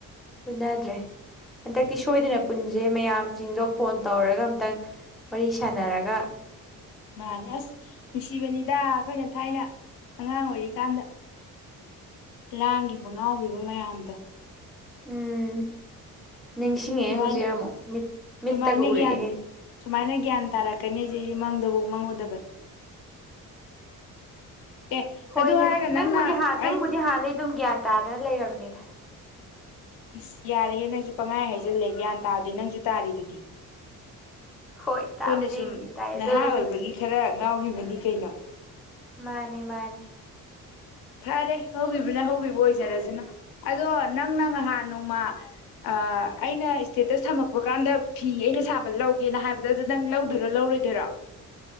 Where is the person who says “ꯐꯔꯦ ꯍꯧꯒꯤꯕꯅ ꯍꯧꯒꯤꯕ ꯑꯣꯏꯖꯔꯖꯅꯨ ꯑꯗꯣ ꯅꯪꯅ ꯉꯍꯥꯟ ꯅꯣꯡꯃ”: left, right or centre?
Left